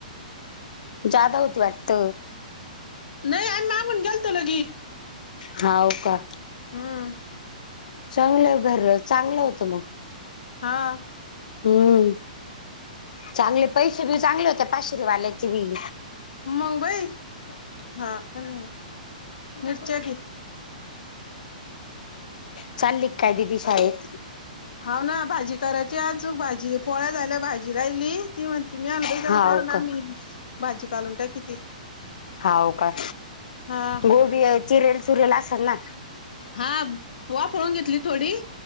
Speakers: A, on the left; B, on the left.
A: जादा होती वाटत.
B: नाही आम्ही मागून गेलतो लगी.
A: होाव का?
B: हम्म.
A: चांगलं भर चांगलं होतं मग
B: हा.
A: हम्म चांगले पैसे ब चांगले होते पाशरीवाल्याचे बी.
B: मंगबई हा मिरच्या की
A: चाली काय दिदी शाळेत
B: हा ना भाजी करायची अजून भाजी पोळ्या झाल्या भाजी राहिली ती म्हणते मी आल. बा
A: हाव
B: तेवढ काढून आण
A: का
B: मी भाजी कालून ट किती?
A: हा होवका?
B: हा.
A: गोबी चिरेल चुरेल असल ना.
B: हा वा पळून घेतली थोडी